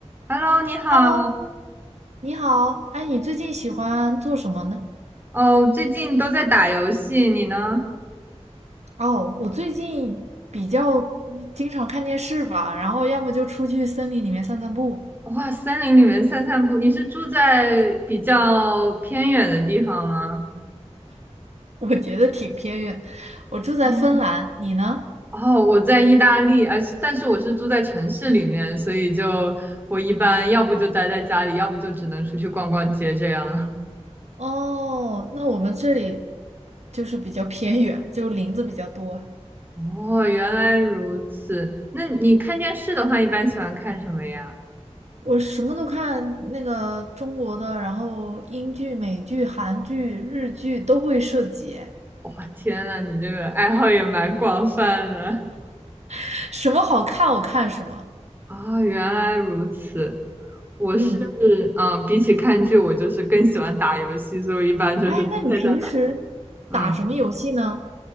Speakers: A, on the right; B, on the right.
A: Hello，你好。
B: Hello，你好，哎，你最近喜欢做什么呢？
A: 哦，最近都在打游戏，你呢？
B: 哦，我最近比较经常看电视吧，然后要么就出去森林里面散散步，
A: 哇，森林里面散散步。你是住在比较偏远的地方吗？
B: <laughs> 我觉得挺偏远。我住在芬兰，
A: 哦，
B: 你呢？
A: 哦我在意大利，而是但是我是住在城市里面，所以就我一般要不就待在家里，要不就只能出去逛逛街这样。<laughs>
B: 哦，那我们这里就是比较偏远，就林子比较多。
A: 哦，原来如此。那你看电视的话，一般喜欢看什么呀？
B: 我什么都看，那个中国的，然后英剧、美剧、韩剧、日剧都会涉及，
A: 哇，天呐，你这个爱好也蛮广泛的
B: <laughs> 什么好看我看什么。
A: 啊 <laughs>，原来如此。我是
B: 嗯。
A: 嗯，比起看剧，我就是更喜欢打游戏，所以我一般就是在家打。
B: 哎，那你平时打什么游戏呢？
A: 嗯